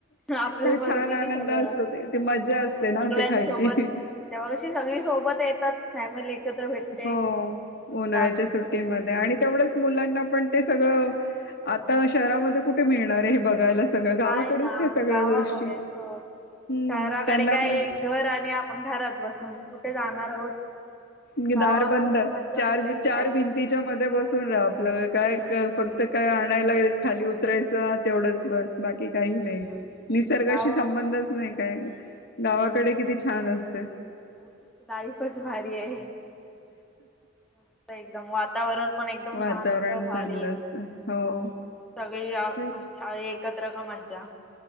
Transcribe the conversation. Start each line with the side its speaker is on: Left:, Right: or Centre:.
Centre: आपल्या
Left: तो
Centre: मर्जीने
Left: छान आनंद
Centre: सगळं
Left: असतो
Centre: हो,
Left: ते ती मज्जा असते ना
Centre: सगळ्यांसोबत
Left: ती खायची.
Centre: आणि त्यावर्षी सगळी सोबत येतात फॅमिली एकत्र भेटते
Left: हो
Centre: मग
Left: उन्हाळ्याच्या
Centre: अजून
Left: सुटीमध्ये
Centre: मज्जा येते.
Left: आणि तेवढंच मुलांना पण ते सगळं, आता शहरामध्ये कुठे मिळणार आहे हे बघायला सगळं गावाकडेच
Centre: नाही ना
Left: त्या सगळ्या
Centre: गावाकडेच
Left: गोष्टी
Centre: हो शहराकडे
Left: हम्म त्यांना
Centre: काय,
Left: पण
Centre: घर आणि आपण, घरात बसून, कुठे जाणार आहोत
Left: नी
Centre: गावाकडची
Left: दार बंद,
Centre: मज्जा
Left: चार
Centre: कुठेच
Left: चार
Centre: नाही
Left: भिंतीच्या मध्ये बसून राहा आपलं, काय
Centre: हा ना
Left: फक्त काय आणायला, खाली उतरायचं तेवढंच बस. बाकी काही
Centre: तेच
Left: नाही,
Centre: ना
Left: निसर्गाशी
Centre: गावा
Left: संबंधच नाही काय, गावाकडे किती छान असते.
Centre: टरची <unintelligible> लाईफच भारी आहे मस्त एकदम वातावरण पण एकदम
Left: वातावरण
Centre: शांत भारी
Left: चांगलं असतं हो
Centre: अशी
Left: तेच
Centre: आहे एकत्र का मज्जा